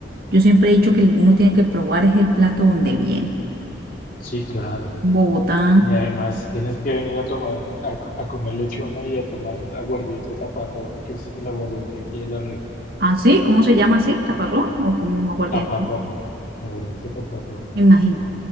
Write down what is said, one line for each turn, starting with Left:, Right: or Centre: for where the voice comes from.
Right: yo siempre he dicho que uno tiene que probar es el plato donde viene.
Left: Sí, claro.
Right: Bogotá.
Left: Y además tienes que venir a tomar, a, co- a comer lechona y a tomar aguardiente taparroja, que es el aguardiente aquí de la región.
Right: Ah, sí, ¿cómo se llama así? ¿Taparrón o como aguardiente?
Left: Taparroja, aguardiente taparroja.
Right: Me imagino.